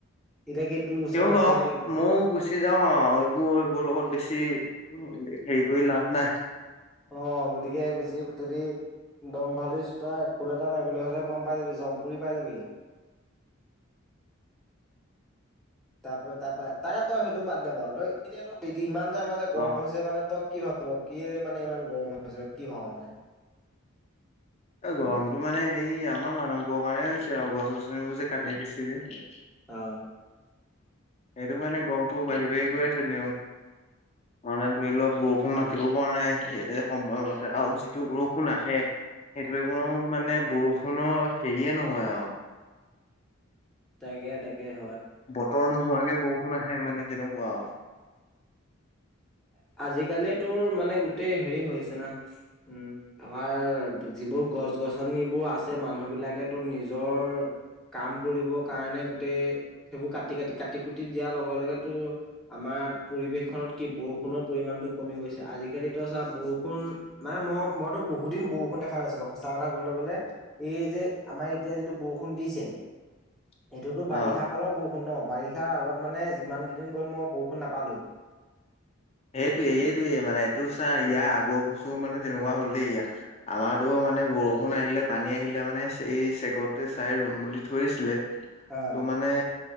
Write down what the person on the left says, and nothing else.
কিয়
বাৰ
মইও গুচি যাওঁ আৰু এইবোৰ এইবোৰ লগত বেছি হেৰি কৰি লাভ নাই
<inaudible>
গ
এ গৰমতটো মানে সেই আমাৰ মানুহবোৰৰ কাৰণে হৈছে আৰু গছৰনিবোৰ যে কাটি দিছে যে।
সেইটো মানে গমটো বাঢ়ি বাঢ়ি গৈ আছে ৰ মানে ধৰি লওক বৰষুণ মাতিব পৰা নাই স সময়মতে আৰু যিটো বৰষুণ আহে সেইটো একোনো
মানে বৰষুণৰ হেৰিয়ে নহয় আৰু
উত্তৰ নোহোৱাকে বৰষুণ আহে মানে তেনেকুৱা
<inaudible>
অ
সেইটোয়ে সেইটোৱে মানে এইটো চা ইয়াৰ আগৰ বছৰ মানে তেনেকুৱা হ'ল দেই আমাৰ তটো মানে বৰষুণ আহিলে পানী আহিলে মানে এই চেকতে চাই ৰুম বুলি থৈ দিছিলে। তোৰ
মানে